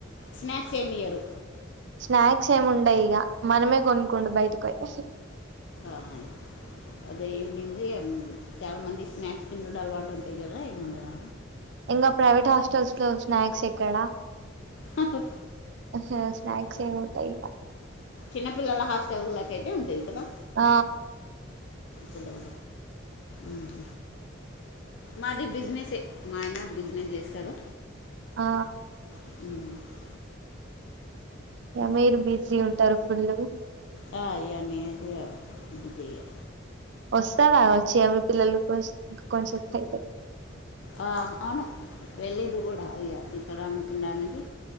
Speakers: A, on the left (about 65°); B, on the right (about 60°).
A: స్నాక్స్ ఏమి ఇయ్యరు.
B: స్నాక్స్ ఏమి ఉండయ్ ఇగా మనమే కొనుక్కుండు బయటకి ఓయ్
A: ఆహి అదే ఈవినింగ్ది చాలా మంది స్నాక్స్ తిండుడు అలవాటు ఉంటాది గదా ఏముండదా
B: ఇంగా ప్రైవేట్ హాస్టల్స్ లో స్నాక్స్ ఎక్కడా
A: హాఓ
B: అసు స్నాక్స్ ఏం ఉంటాయ్గా
A: చిన్నపిల్లల హాస్టల్లాకైతే ఉంటాయ్ కదా
B: ఆ
A: పిల్లల్ ఉహ్ మాది బిజినేస్ఏ మా ఆయన బిజినెస్ జేసారు.
B: ఆ
A: ఉహుహ్
B: ఇగా మీరు బిజీ ఉంటారు ఫులు
A: యా ఇగా నేదిగా ఇది జేయా
B: వస్తాడా వచ్చి అవి పిల్లలు కొచ్ ఇంకా కొంచెసైతే
A: ఆ అవును వెళ్ళేది గూడా ఇగా తిట్టారానికి నానిది